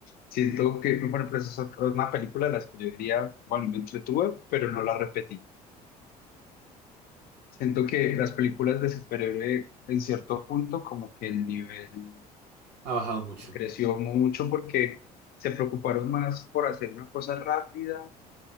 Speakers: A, on the left; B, on the right.
A: siento que, bueno, pues es otra- una película de las que yo diría, bueno, me entretuve, pero no la repetiría. Siento que las películas de superhéroe en cierto punto como que el nivel
B: Ha bajado mucho.
A: creció mucho porque se preocuparon más por hacer una cosa rápida,